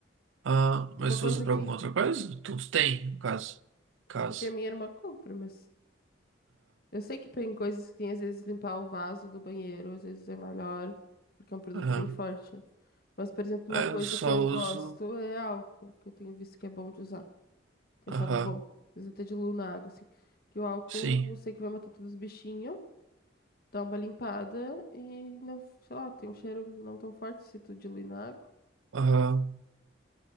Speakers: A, on the right (about 85°); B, on the left (about 50°).
A: Ah,
B: Uma
A: mas
B: coisa
A: tu usa para
B: que.
A: alguma outra coisa? Tu tu tem, no caso. Caso.
B: Porque a minha irmã compra, mas. Eu sei que tem coisas que às vezes limpar o vaso do banheiro, às vezes é melhor, porque é um produto
A: Aham.
B: bem forte. Mas, por exemplo,
A: Ah,
B: uma coisa
A: Eu só
B: que eu
A: uso.
B: gosto é álcool, que eu tenho visto que é bom de usar. Tenho
A: Aham.
B: achado bom. Às vezes até diluo na água, assim. Que o álcool,
A: Sim.
B: eu sei que vai matar todos os bichinhos, dá uma limpada e não, sei lá, tem um cheiro não tão forte se tu diluir na água.
A: Aham.